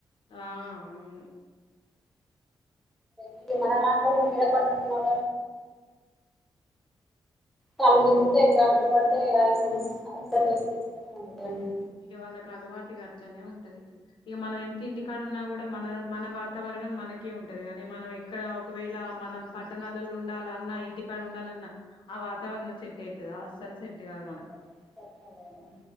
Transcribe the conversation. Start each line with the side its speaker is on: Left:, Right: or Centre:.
Left: ఆ అవును
Centre: సరే మ
Left: ఉమ్.
Centre: మనాల అంటలు నీ పట్టణ తళ్ళు దిగుతే జాండ్ర పడితేమస్యస్తనే ఉంటదండి
Left: ఇగ వాళ్ళకి అలవాటుగా అతనే ఉంటది ఇక మనం ఎంత ఇంటికాడు ఉన్నా కూడా మన మన వాతావరణం మనకే ఉంటది కాగాని మనం ఎక్కడ ఒకవేళ మనం పట్టణాలలో ఉండాలన్నా ఇంటికాడు ఉండాలన్నా ఆ వాతావరణం సెట్ అవుతుందా అస్సలు సెట్ కాదు మనకు
Centre: వెంటనే